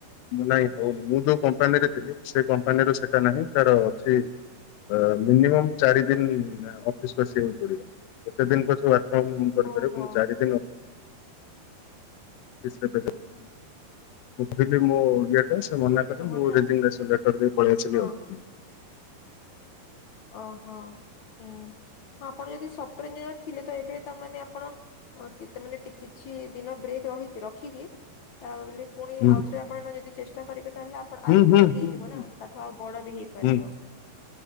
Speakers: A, on the left; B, on the left.
A: ନାଇଁ ହୋଉନି
B: ହୁଁ
A: ମୁଁ ଯୋଉ କ ମ୍ପାନୀରେ ଥିଲି ସେ କମ୍ପାନୀର ସେଟା ନାହିଁ ତାର ଅଛି। ମିନିମମ୍ ଚାରି ଦିନ ଅଫିସ ବସିବାକୁ ପଡିବ କେତେ ଦିନ ପଛେ କମ୍ କରିପାରିବ
B: ଓହୋ
A: କିନ୍ତୁ ଚାରିଦିନ <unintelligible>
B: ହଁ।
A: ମୁଁ କହିଲି ମୋ ଇଏଟା ସେ ମନା କଲେ
B: ବି ନୁହଁ
A: ମୁଁ
B: ନା
A: ରେଜିଗନେସନ୍ ଲେଟର ଦେଇ ପଳେଇ ଆସିଲି
B: ହଁ
A: ଆଉ।
B: ଓହୋ ହୁଁ ଆପଣ ଯଦି ସଫ୍ଟୱାର ଇଞ୍ଜିନିୟର ଥିଲେ ତ ଏବେ ତାମାନେ ଆପଣ ଅ କିତ ମାନେ କିଛି ଦିନ ବ୍ରେକ୍ ରହିକି ରଖିକି ତା ବୋଲି ପୁଣି
A: ହୁଁ
B: ଆଉଥରେ ଆପଣ ଯଦି ଚେଷ୍ଟା କରିବେ ତାହେଲେ ଆପଣ
A: ହୁଁ
B: ଆଉ
A: ହୁଁ
B: ତାେ ହେଇଯିବ
A: ହୁଁ ହୁଁ
B: ନା ତାଠୁ ଆଉ ବଡ ବି ହେଇପାରିବ।
A: ହୁଁ